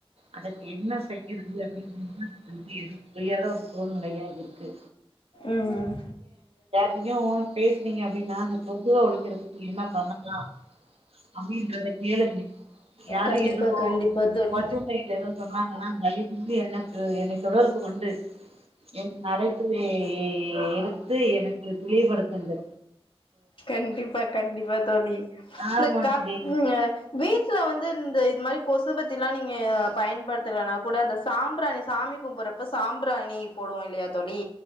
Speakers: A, on the right (about 75°); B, on the left (about 60°).
A: அதற்க்கு என்ன செய்யுறுது அப் <unintelligible> வந்து புரியா <unintelligible> நெறையா இருக்கு
B: ம் ம்
A: <unintelligible> பேஸ்னீங்க அப்டினா கொசுவ ஒழிக்கிறதுக்கு என்ன பண்ணலா அப்டின்றத கேளுங்க யாரு
B: கண்டிப்பா
A: எதுவு
B: கண்டிப்பா தோழி
A: ஒலிவு <inaudible> சொன்னாங்கன்னா தயவு செஞ்சு எனக்கு என்னய தொடர்பு கொண்டு என் அழைப்பை எ எடுத்து எனக்கு தெளிவுபடுத்துங்க
B: கண்டிப்பா கண்டிப்பா தோழி
A: ஆமா
B: இந்த
A: தோழி
B: <unintelligible> வீட்டுல வந்து இந்த இது மாரி கொசுபத்திலா நீங்க பயன்படுத்தலனா கூட இந்த சாம்பிராணி சாமி கும்புறப்ப சாம்பிராணி போடுவோ இல்லியா தோழி